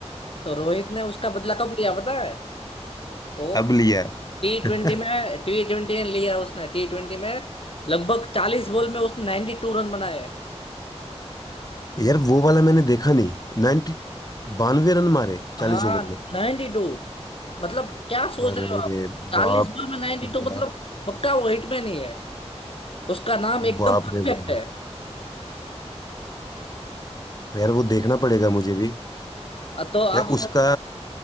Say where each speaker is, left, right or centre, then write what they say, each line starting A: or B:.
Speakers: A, on the left (about 55°); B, on the left (about 35°).
A: तो रोहित ने उसका बदला कब लिया पता है वो
B: अब लिया
A: टी ट्वेंटी
B: <laughs>
A: में टी ट्वेंटी में लिया उसने टी ट्वेंटी में लगभग चालीस बॉल में उसने नाइन्टी टू रन बनाए
B: यार वो वाला मैंने देखा नहीं नाइनटी बानवे रन मारे चालीस
A: हाँ
B: ओवर में
A: नाइन्टी टू मतलब क्या सोच
B: अरे
A: रहे हो आप चालीस
B: बाप
A: बॉल में नाइन्टी
B: बाप
A: टू मतलब पक्का वो हिटमैन ही है उसका नाम एकदम
B: बाप
A: परफेक्ट
B: रे बाप
A: है
B: यार वो देखना पड़ेगा मुझे भी
A: तो आप
B: या उसका